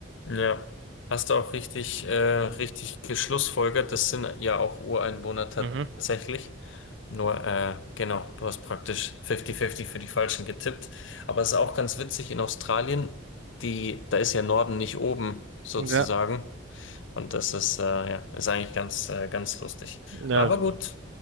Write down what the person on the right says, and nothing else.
Mhm.
Ja,
ja,
genau.